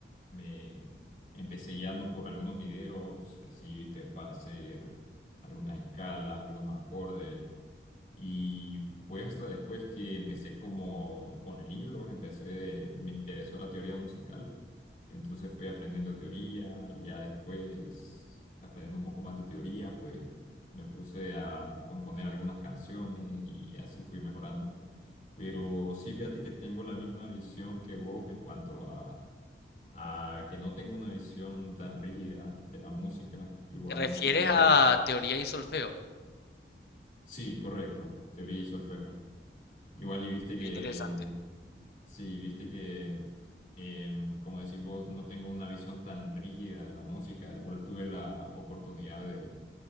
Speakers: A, on the left; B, on the left.
A: me empecé guiando por algunos videos, así, viste, para hacer algunas escalas, algunos acordes. Y fue hasta después que empecé como con libros, empecé, me interesó la teoría musical. Entonces fui aprendiendo teoría y ya después, aprendiendo un poco más de teoría, pues me puse a componer algunas canciones y así fui mejorando. Pero sí, fíjate que tengo la misma visión que vos en cuanto a, a que no tengo una visión tan rígida de la música. Igual
B: ¿Te refieres
A: tuve,
B: a teoría y solfeo?
A: sí, correcto, teoría y solfeo. Igual y viste que,
B: Qué interesante.
A: sí, viste que, em, como decís vos, no tengo una visión tan rígida de la música. Igual tuve la oportunidad de,